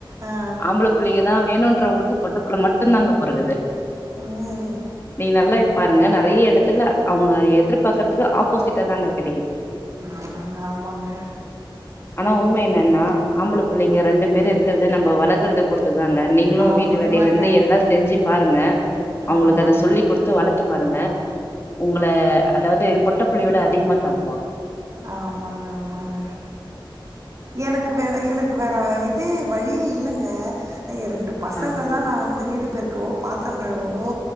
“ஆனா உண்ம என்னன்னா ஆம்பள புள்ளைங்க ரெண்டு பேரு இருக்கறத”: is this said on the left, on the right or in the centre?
Left